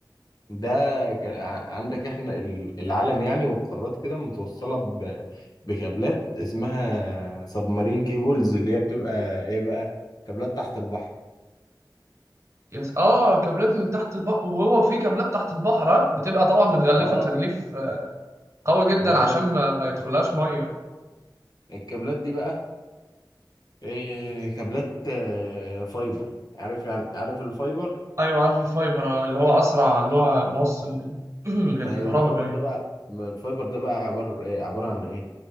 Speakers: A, on the left (about 55°); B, on the right (about 40°).
A: ده ك... ع- عندك احنا ال- العالم يعني والقارات كده متوصلة ب... بكابلات اسمها سبمارين كيبلز اللي هي بتبقى ايه بقى كابلات تحت البحر
B: يس اه كابلات من تحت البحر وهو في كابلات تحت البحر آه، بتبقى طبعا متغلفه
A: اه
B: تغليف آه، قوي جدا
A: بالظبط
B: عشان ما, ما يدخلهاش ميه
A: الكابلات دي بقى إيه كابلات آه، فايبر عارف يعني عارف الفايبر
B: ايوه عارف الفايبر آه، اللي هو اسرع اللي هو موصل لل... <clears throat> للكهرباء
A: ايوه الفايبر
B: باين
A: ده بقى الفايبر ده بقى عبارة إيه عبارة عن ايه